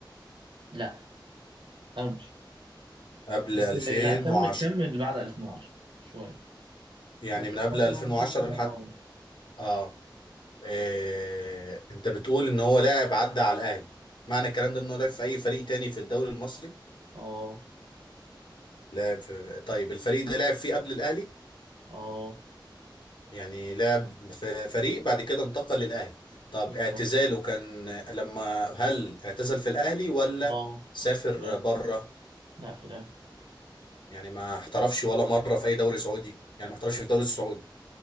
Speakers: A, on the right; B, on the left.
A: لا قبل
B: قبل
A: بس
B: 2010
A: لا كمل كمل بعد 2010 شوية
B: يعني
A: بس
B: من
A: الفترة
B: قبل 2010
A: اللي أنا بشوف فيها
B: لحد
A: اه
B: اه إيه انت بتقول ان هو لاعب عدى على الاهلي معنى الكلام ده انه لعب في اي فريق تاني في الدوري المصري
A: اه
B: لعب في... طيب الفريق ده لعب فيه قبل الاهلي
A: اه
B: يعني لعب في فريق بعد كده انتقل للأهلي طب
A: بالظبط
B: اعتزاله كان لما هل اعتزل في الأهلي ولا
A: اه
B: سافر
A: لا
B: بره
A: لا في الأهلي
B: يعني ما احترفش ولا مرة في أي دوري سعودي يعني ما احترفش في الدوري السعودي